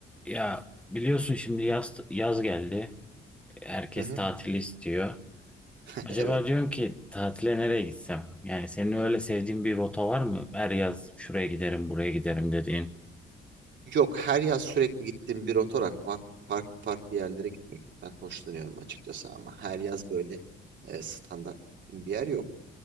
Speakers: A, in the centre; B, on the right.
A: Ya biliyorsun şimdi yaz yaz geldi. Herkes
B: Hı hı.
A: tatil istiyor.
B: <laughs>
A: Acaba
B: Evet.
A: diyorum ki tatile nereye gitsem? Yani senin öyle sevdiğin bir rota var mı? Her yaz şuraya giderim, buraya giderim dediğin.
B: Yok her yaz sürekli gittiğim bir otor akvak farklı farklı yerlere gitmekten hoşlanıyorum açıkçası ama her yaz böyle e, standart gittiğim bir yer yok.